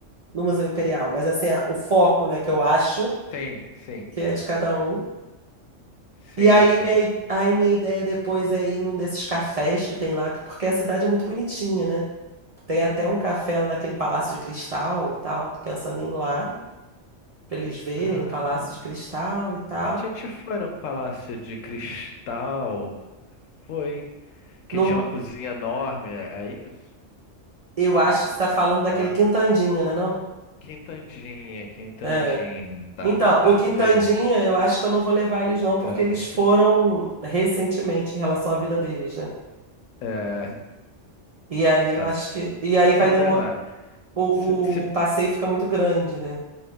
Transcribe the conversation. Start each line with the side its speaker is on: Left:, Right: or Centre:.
Right: no Museu Imperial, mas assim, a- o foco, né, que eu acho
Left: Sim, sim.
Right: que é de cada um.
Left: Sim,
Right: E aí
Left: sim.
Right: minha, i- aí minha ideia depois é ir num desses cafés que tem lá, que- porque a cidade é muito bonitinha, né? Tem até um café lá naquele Palácio de Cristal e tal, tô pensando em ir lá, pra eles verem
Left: Ah,
Right: o Palácio de Cristal e tal.
Left: a gente foi no Palácio de Cristal, foi, que
Right: Num,
Left: tinha uma cozinha enorme, é é isso?
Right: eu
Left: Que tem
Right: acho
Left: uma cozinha,
Right: que você tá falando daquele
Left: sei lá,
Right: Quintandinha, né, não?
Left: Quintandinha, Quintandinha.
Right: É.
Left: Tá,
Right: Então,
Left: tá,
Right: o Quintandinha,
Left: errei.
Right: eu acho que eu não vou levar eles não, porque
Left: Era
Right: eles
Left: o Quintandinha.
Right: foram recentemente em relação à vida deles, né?
Left: É,
Right: E aí eu
Left: tá.
Right: acho
Left: c-
Right: que. E aí vai
Left: É
Right: demorar.
Left: verdade.
Right: O,
Left: Se, se,
Right: o passeio fica muito grande, né?